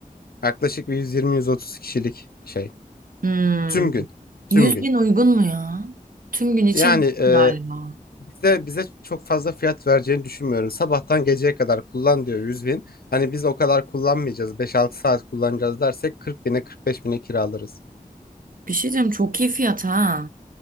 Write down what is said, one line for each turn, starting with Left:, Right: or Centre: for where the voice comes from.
Left: Yaklaşık bir 120-130 kişilik şey.
Right: Hmm.
Left: Tüm gün. Tüm
Right: 100
Left: gün.
Right: bin uygun mu ya? Tüm gün için
Left: Yani e,
Right: galiba.
Left: bize bize çok fazla fiyat vereceğini düşünmüyorum. Sabahtan geceye kadar kullan diyor 100 bin. Hani biz o kadar kullanmayacağız. beş altı saat kullanacağız dersek 40 bine 45 bine kiralarız.
Right: Bir şey diyeyim çok iyi fiyat ha.